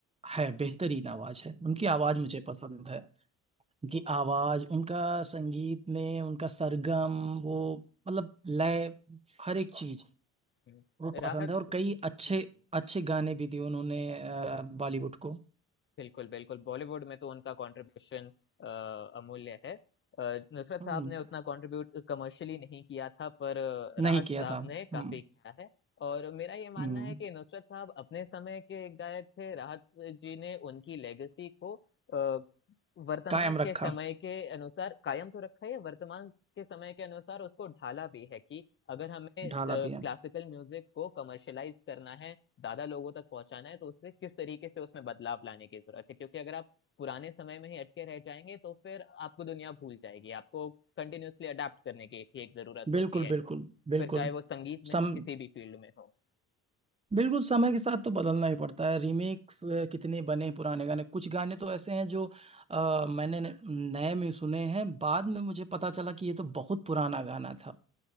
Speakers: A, on the right; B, on the left.
A: है बेहतरीन आवाज है उनकी आवाज मुझे पसंद है उनकी आवाज उनका संगीत में उनका सरगम वो मतलब लय हर एक चीज
B: हम्म,
A: वो पसंद
B: राहत
A: है और
B: हम्म,
A: कई अच्छे
B: हम्म।
A: अच्छे गाने भी दिए उन्होंने अ, बॉलीवुड को
B: बिल्कुल, बिल्कुल, बॉलीवुड में तो उनका कंट्रीब्यूशन अ, अमूल्य है। अ, नुसरत
A: हम्म
B: साहब ने उतना कंट्रीब्यूट कमर्शियली नहीं किया था पर अ,
A: नहीं
B: राहत
A: किया
B: साहब
A: था हम्म
B: ने काफ़ी किया है और मेरा ये मानना
A: हम्म
B: है कि नुसरत साहब अपने समय के एक गायक थे, राहत जी ने उनकी लेगेसी को अ, वर्तमान
A: कायम रखा
B: के समय के अनुसार कायम तो रखा ही है, वर्तमान के समय के अनुसार उसको ढाला भी है कि अगर हमें
A: ढाला
B: क्लासिकल
A: भी है
B: म्यूज़िक को कमर्शियलाइज़ करना है ज्यादा लोगों तक पहुंचाना है तो उससे किस तरीके से उसमें बदलाव लाने की जरूरत है क्योंकि अगर आप पुराने समय में ही अटके रह जाएंगे तो फिर आपको दुनिया भूल जाएगी आपको कंटिन्यूअसली अडेप्ट करने की भी एक जरूरत होती
A: बिल्कुल
B: है
A: बिल्कुल बिल्कुल
B: फिर चाहे वो संगीत में
A: सम
B: हो किसी भी फील्ड में हो
A: बिल्कुल समय के साथ तो बदलना ही पड़ता है रीमेक्स कितने बने पुराने गाने कुछ गाने तो ऐसे हैं जो अ, मैंने न- नए में सुने हैं बाद में मुझे पता चला कि ये तो बहुत पुराना गाना था